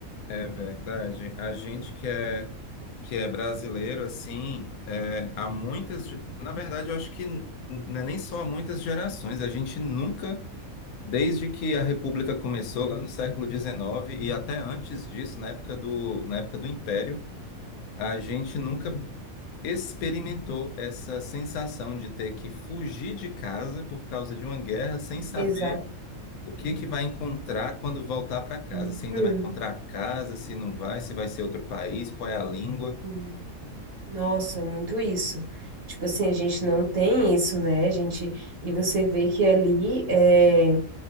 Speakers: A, on the left (about 80°); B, on the right (about 45°).
A: É verdade. A gente que é, que é brasileiro, assim, é, há muitas. ge- Na verdade, eu acho que n- não é nem só há muitas gerações, a gente nunca Desde que a República começou lá no século XIX e até antes disso, na época do, na época do Império, a gente nunca experimentou essa sensação de ter que fugir de casa por causa de uma guerra sem saber
B: Exato.
A: o que que vai encontrar quando voltar para casa,
B: Uhum.
A: se ainda vai encontrar a casa, se não vai, se vai ser outro país, qual é a língua.
B: Uhum. Nossa, é muito isso. Tipo assim, a gente não tem isso, né? A gente, e você vê que ali, é,